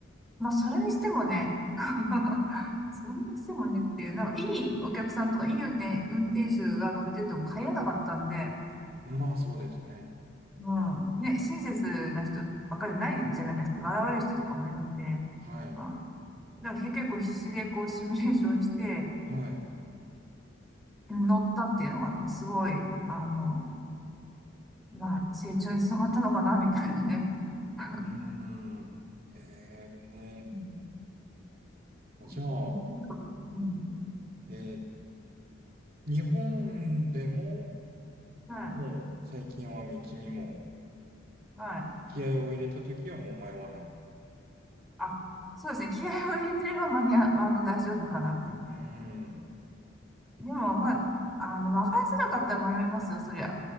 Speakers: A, in the centre; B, on the right.
A: まあ、それにしてもね、<laughs>
B: うん。
A: それにしてもねっていう、なんか、いいお客さんとか、いい運転、運転手が乗ってても帰らなかったんで、
B: まあ、そうですね。
A: もう、ね、親切な人ばっかりじゃないじゃないですか。現れる人とかもいるんで、
B: はい。
A: まあ、だから結構必死でこう、シミュレーションして、
B: は
A: 乗ったっていうのがね、すごい、あの、まあ、成長につながったのかな、みたいなね。<laughs>
B: い。うん。へえ。
A: うんうん
B: じゃあ、
A: うん。
B: えー日本でも、
A: は
B: もう最近は道にも、
A: い。はい。
B: 気合を入れた時はもう迷わない。
A: あ、そうですね。気合を入れてれば間に合う、あの、大丈夫かなっていう。
B: うーん。
A: でも、まあ、あの、わかりづらかったら迷いますよ、そりゃ。